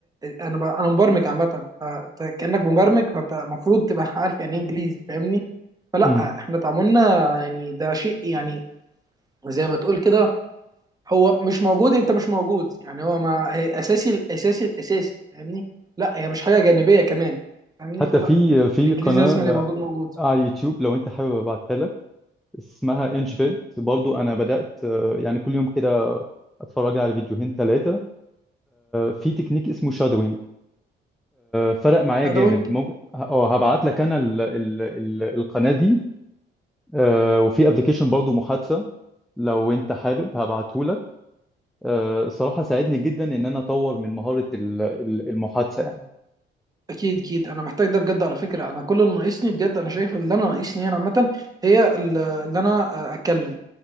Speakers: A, on the right (about 20°); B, in the centre.
A: انا ب- انا مبرمج عامة فانت كأنك مبرمج فانت المفروض تبقى عارف يعني ايه انجليزي فاهمني فلا
B: مم.
A: احنا تعاملنا يعني ده شيء يعني زي ما تقول كده هو مش موجود انت مش موجود يعني هو ما هي اساسي الاساسي الاساسي فاهمني لا هي مش حاجه جانبيه كمان فاهمني
B: حتى
A: فلا
B: في في
A: الانجليزي
B: قناة
A: لازم اللي موجود موجود
B: على اليوتيوب لو أنت حابب أبعتها لك اسمها إنش بيت برضه أنا بدأت آه، يعني كل يوم كده أتفرج على فيديوهين ثلاثة في تكنيك اسمه شادوينج فرق معايا
A: لا
B: جامد
A: ده وينج
B: ممكن أه هبعت لك أنا ال... ال... ال... القناة دي آه، وفي ابلكيشن برضه محادثة لو انت حابب هبعتهولك آه، الصراحة ساعدني جدا ان انا اطور من مهارة ال- ال- المحادثة يعني
A: اكيد اكيد انا محتاج ده بجد على فكره انا كل اللي ناقصني بجد انا شايف اللي انا ناقصني انا عامه هي ال- اللي انا آه، اتكلم